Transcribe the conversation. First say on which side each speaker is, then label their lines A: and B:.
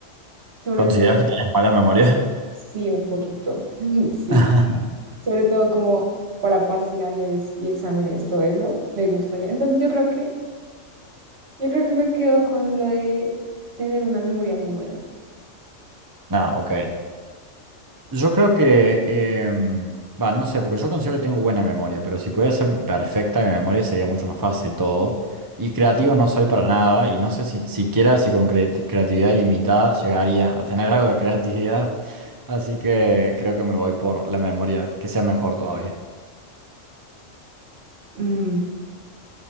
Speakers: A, on the right; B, on the right.
A: Sobre
B: ¿Consideras
A: todo,
B: que tienes mala memoria?
A: sí, un poquito, <laughs> sí.
B: <laughs>
A: Sobre todo como para parciales y exámenes, todo eso, me gustaría. Entonces yo creo que, yo creo que me quedo con lo de tener una memoria muy buena.
B: ah ok. Yo creo que, em, va, no sé, porque yo considero que tengo buena memoria, pero si pudiera ser perfecta mi memoria sería mucho más fácil todo. Y creativo no soy para nada, y no sé si siquiera si con creati- creatividad ilimitada llegaría a tener <laughs> algo de creatividad. Así que creo que me voy por la memoria, que sea mejor todavía.
A: Mm,